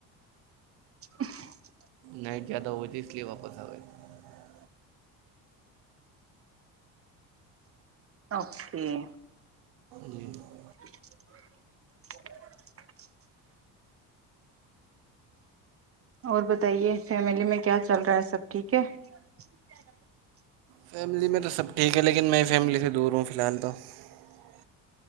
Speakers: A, on the right (about 35°); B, on the right (about 80°).
A: <unintelligible>
B: نائٹ زیادہ ہو ت اس لیے واپس آ گئے <unintelligible>
A: اوکے <unintelligible>
B: جی <unintelligible>
A: <unintelligible> اور بتائیے فیملی میں کیا چل رہا ہے سب ٹھیک ہے <unintelligible>
B: فیملی میں تو سب ٹھیک ہے لیکن میں فیملی سے دور ہوں فی الحال تو <unintelligible>